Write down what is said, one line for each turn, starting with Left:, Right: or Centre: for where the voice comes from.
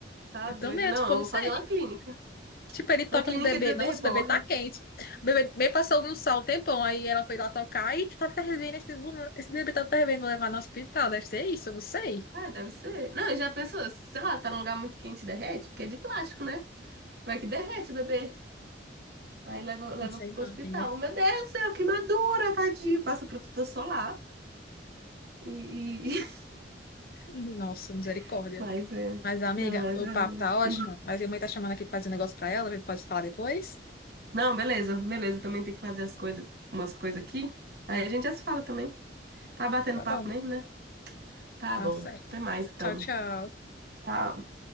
Right: Tá
Left: Eu
Right: doido?
Left: também,
Right: Não,
Left: tipo,
Right: eu
Left: eu não
Right: vou
Left: sei.
Right: fazer uma clínica.
Left: Tipo, ele toca
Right: Uma clínica
Left: no bebê.
Right: de bebê
Left: Nossa,
Right: reborn.
Left: o bebê tá quente. O bebê bem passou no sol um tempão. Aí ela foi lá tocar e tá fervendo esse, bu- esse bebê tá fervendo. Vou levar no hospital. Deve ser isso, eu não sei.
Right: Ah, deve ser. Não, já pensou, sei lá, tá num lugar muito quente e derrete? Porque é de plástico, né? Vai que derrete o bebê. Aí leva, leva
Left: Não sei não,
Right: pro hospital.
Left: amiga.
Right: Meu Deus do céu, queimadura, tadinho. Passa protetor solar. E, e...
Left: Nossa, misericórdia.
Right: <laughs> Mas é.
Left: Mas, amiga,
Right: Não, mas
Left: o
Right: é.
Left: papo
Right: né?
Left: tá ótimo.
Right: Uhum.
Left: Mas minha mãe tá chamando aqui pra fazer um negócio pra ela. A gente pode falar depois?
Right: Não, beleza, beleza. Também tem que fazer as coisas, umas coisas aqui. Aí a gente já se fala também. Tá batendo
Left: Tá
Right: papo
Left: bom,
Right: mesmo, né? Tá
Left: tá
Right: bom.
Left: certo.
Right: Até mais, então.
Left: Tchau, tchau.
Right: Tchau.